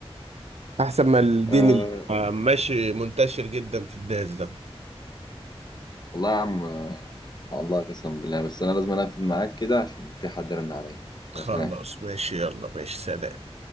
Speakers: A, on the right (about 80°); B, on the left (about 40°).
A: احسن ما الدين
B: <laughs> آه،
A: اللي ماشي منتشر جدا في الناس ده
B: والله يا عم آه، الله قسما بالله بس انا لازم اقفل معاك كده عشان في حد رن عليا
A: خلاص
B: بس
A: ماشي يلا ماشي سلام